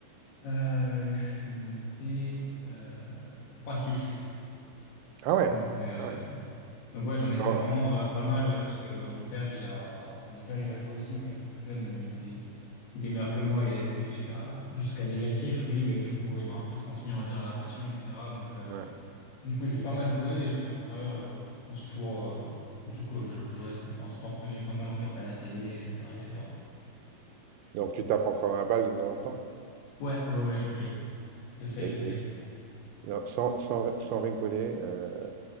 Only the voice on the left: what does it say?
euh, je suis monté euh, 3-6.
Donc, euh,
Donc ouais, j'en ai fait
vraiment euh, pas mal euh, parce que bah, mon père, il a mon père, il a joué aussi quand il était plus jeune. Bon, il était il était meilleur que moi, il a été jusqu'à jusqu'à négatif lui, mais du coup bon, il m'a un peu transmis, on va dire, la passion, etc. Donc euh,
du coup, j'ai pas mal joué et puis après euh, on se toujours euh, du coup comme je jouais, c'est un peu un sport que j'ai pas mal regardé à la télé, etc., etc.
Ouais, ouais, ouais, j'essaye, j'essaye,
j'essaye.